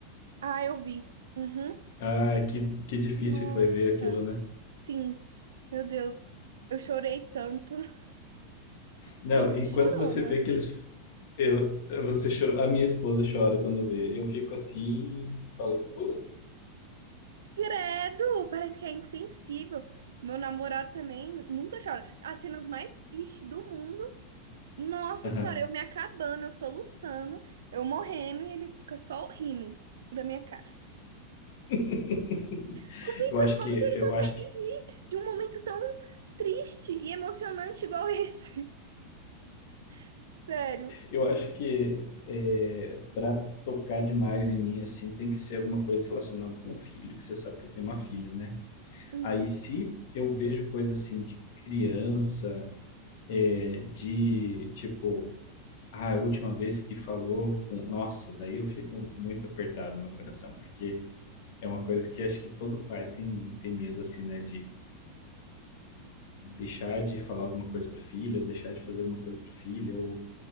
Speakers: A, on the right (about 60°); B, on the left (about 50°).
A: Ah, eu vi. Uhum.
B: Ah, que, que difícil
A: Nossa.
B: foi ver aquilo, né?
A: Sim. Meu Deus. Eu chorei tanto. <laughs>
B: Não,
A: Sou muito
B: e quando
A: chorona.
B: você vê que eles. Eu, você chorou, a minha esposa chora quando vê. Eu fico assim, falo, pô.
A: Credo, parece que é insensível. O Meu namorado também nunca chora. As cenas mais tristes do mundo. Nossa
B: Aham.
A: senhora, eu me acabando, eu soluçando, eu morrendo e ele fica só rindo da minha cara.
B: <laughs>
A: Fico pensando
B: Eu acho
A: como
B: que,
A: que ele
B: eu
A: consegue
B: acho que,
A: rir de um momento tão triste e emocionante igual esse. <laughs> Sério.
B: eu acho que é, para tocar demais em mim assim, tem que ser alguma coisa relacionada com o filho, que você sabe que eu tenho uma filha, né?
A: Uhum.
B: Aí se eu vejo coisa assim de criança, é, de tipo, ah, a última vez que falou com, nossa, daí eu fico muito apertado no meu coração, porque É uma coisa que acho que todo pai tem, tem medo, assim, né? De deixar de falar alguma coisa para filha, ou deixar de fazer alguma coisa para filha, ou,